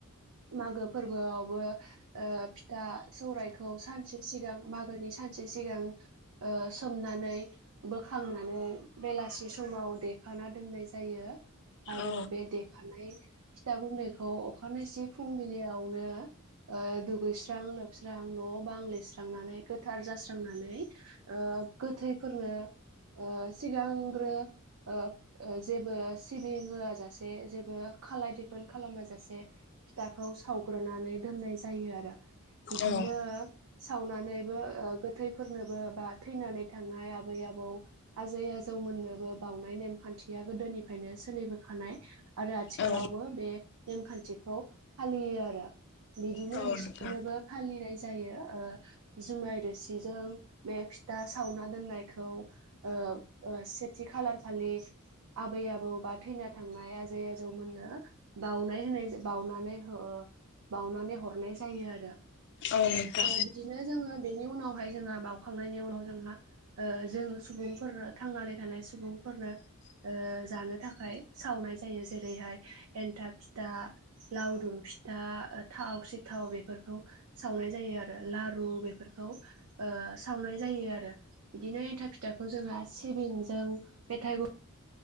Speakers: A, on the right (about 75°); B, on the left (about 55°).
A: मागो फोरबोआवबो ओ फिथा सौरायखौ सानसे सिगां मागोनि सानसे सिगां ओ सोमनानै बोखांनानै बेलासि समाव दे खाना दोननाय जायो आरो
B: औ
A: बे देखानाय फिथा गुन्दैखौ अखानायसे फुंबिलियावनो ओ दुगैस्रां लोबस्रां न' बां लिरस्रांनानै गोथार जास्रांनानै ओ गोथैफोरनो ओ सिगांग्रो ओ ओ जेबो सिबिं होआ जासे जेबो खालाय दिखोन खालामा जासे फिथाखौ सावग्रोनानै दोननाय जायो आरो। बिदिनो
B: औ
A: सावनानैबो ओ गोथैफोरनोबो बा थैनानै थांनाय आबै आबौ आजै आजौ मोननोबो बावनाय नेमखान्थिया गोदोनिफ्रायनो सोलिबोखानाय। आरो आथिखालावबो
B: औ
A: बे नेमखान्थिखौ फालियो आरो। बिदिनो
B: औ
A: बिसोरनोबो
B: नोंथां
A: फालिनाय जायो। ओ जुमाय रोसिजों बे फिथा सावना दोननायखौ ओ ओ सेथि खालारखालि आबै आबौ बा थैना थांनाय आजै आजौमोननो बावनाय होनाय बावनानै बावनानै हरनाय जायो आरो।
B: औ नोंथां
A: ओ बिदिनो जोङो बेनि उनावहाय जोंहा बाउखांनायनि उनाव जोंहा ओ जों सुबुंफोर थांनानै थानाय सुबुं फोरनो ओ जानो थाखाय सावनाय जायो। जेरैहाय एन्थाब फिथा, लावदुम फिथा, थाव सेथाव बेफोरखौ सावनाय जायो आरो लारु बेफोरखौ ओ सावनाय जायो आरो। बिदिनो एन्थाब फिथाखौ जोंहा सिबिंजों मेथाइ